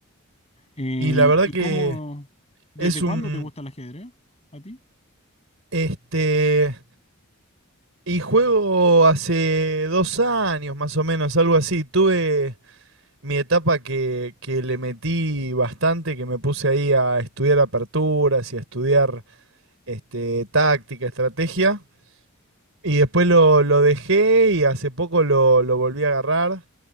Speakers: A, on the left; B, on the right.
A: Eh,
B: Y la
A: y,
B: verdad
A: y
B: que
A: cómo, desde
B: es
A: cuándo
B: un,
A: te gusta el ajedrez a ti?
B: este, y juego hace dos años más o menos, algo así, tuve... mi etapa que, que le metí bastante, que me puse ahí a estudiar aperturas y a estudiar este, táctica, estrategia. Y después lo, lo dejé y hace poco lo, lo volví a agarrar.